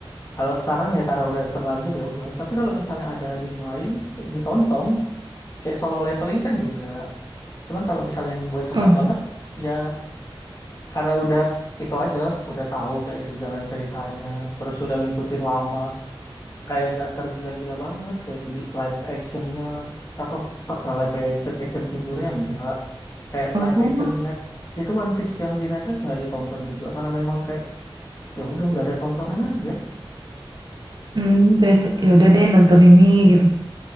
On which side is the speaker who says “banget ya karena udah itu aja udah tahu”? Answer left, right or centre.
Left